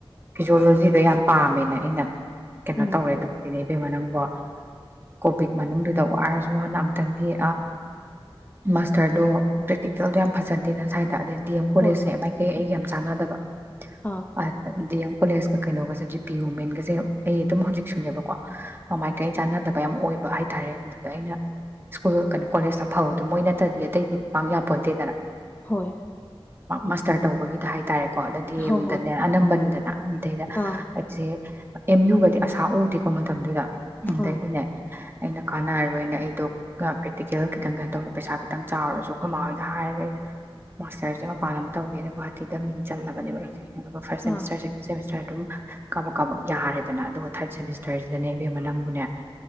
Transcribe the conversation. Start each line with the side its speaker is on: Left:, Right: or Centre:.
Right: ꯐꯤꯖꯣꯂꯣꯖꯤꯗ ꯌꯥꯝ ꯄꯥꯝꯃꯦꯅ ꯑꯩꯅ ꯀꯩꯅꯣ
Left: ꯎꯝ
Right: ꯇꯧꯔꯦ ꯑꯗꯨꯅꯦ <unintelligible> ꯀꯣꯚꯤꯠ ꯃꯅꯨꯡꯗꯨꯗ ꯋꯥꯔꯁꯨ ꯋꯥꯅ ꯑꯃꯨꯇꯪꯗꯤ ꯃꯥꯁꯇꯔꯗꯣ ꯄ꯭ꯔꯦꯛꯇꯤꯀꯦꯜꯗꯣ ꯌꯥꯝ ꯐꯖꯗꯦ <unintelligible> ꯑꯗ ꯗꯤ ꯑꯦꯝ ꯀꯣꯂꯖꯁꯦ
Left: ꯍꯣꯏ ꯍꯣꯏ
Right: ꯃꯥꯏꯀꯩ ꯑꯩꯒꯤ ꯌꯥꯝ ꯆꯥꯟꯅꯗꯕ <unintelligible>
Left: ꯑꯥ
Right: ꯀꯣꯂꯦꯖꯀ ꯀꯩꯅꯣꯒꯁꯦ ꯖꯤꯄꯤ ꯋꯨꯃꯦꯟꯒꯁꯦ ꯑꯩ ꯑꯗꯨꯝ ꯍꯧꯖꯤꯛꯁꯨꯅꯦꯕꯀꯣ ꯃꯃꯥꯏꯀꯩ ꯆꯥꯟꯅꯗꯕ ꯌꯥꯝ ꯑꯣꯏꯕ ꯍꯥꯏ ꯇꯥꯔꯦ ꯑꯗꯨꯗ ꯑꯩꯅ ꯁ꯭ꯀꯨꯜ ꯀꯩꯅꯣ ꯀꯣꯂꯦꯖꯇ ꯐꯕꯗꯣ ꯃꯣꯏ ꯅꯠꯇ꯭ꯔꯗꯤ ꯑꯇꯩꯗꯤ ꯄꯥꯛ ꯌꯥꯄꯣꯟꯇꯦꯗꯅ
Left: ꯍꯣꯏ
Right: ꯃꯁꯇꯔ ꯇꯧꯕꯒꯤꯗ ꯍꯥꯏꯇꯥꯔꯦꯀꯣ ꯑꯗ ꯗꯤ ꯑꯦꯝꯗꯅꯦ
Left: ꯍꯣꯏ ꯍꯣꯏ
Right: ꯑꯅꯝꯕꯅꯤꯗꯅ ꯑꯗꯩꯗ
Left: ꯑꯥ
Right: ꯑꯩꯁꯦ ꯑꯦꯝ ꯌꯨꯒꯗꯤ ꯑꯁꯥ ꯎꯗꯦꯀꯣ ꯃꯇꯝꯗꯨꯗ ꯑꯗꯩꯗꯨꯅꯦ
Left: ꯑꯥ
Right: ꯑꯩꯅ ꯀꯥꯟꯅꯔꯔꯣꯏꯅ ꯑꯩꯗꯣ ꯄ꯭ꯔꯦꯛꯇꯤꯀꯦꯜ ꯈꯤꯇꯪ ꯀꯩꯅꯣ ꯇꯧꯗꯦ ꯄꯩꯁꯥ ꯈꯤꯇꯪ ꯆꯥꯎꯔꯁꯨ ꯑꯩꯈꯣꯏ ꯃꯥꯃꯥ ꯍꯣꯏꯗ ꯍꯥꯏꯔꯒ ꯑꯩꯅ ꯃꯥꯁꯇꯔꯁꯦ ꯃꯄꯥꯟ ꯑꯃ ꯇꯧꯒꯦꯅ ꯒꯨꯍꯥꯇꯤꯗ ꯃꯤꯡ ꯆꯜꯂꯕꯅꯦꯕ ꯑꯩꯁꯦ ꯑꯗꯨꯒ ꯐꯥꯔꯁ ꯁꯦꯃꯤꯁꯇꯔ
Left: ꯑꯥ
Right: ꯁꯦꯀꯦꯟ ꯁꯦꯃꯦꯁꯇꯔ ꯑꯗꯨꯝ ꯀꯥꯕꯛ ꯀꯥꯕꯛ ꯌꯥꯔꯦ ꯐꯖꯅ ꯑꯗꯨꯒ ꯊꯥꯔꯠ ꯁꯦꯃꯤꯁꯇꯔꯁꯤꯗꯅꯦ ꯏꯕꯦꯝꯃꯅꯪꯕꯨꯅꯦ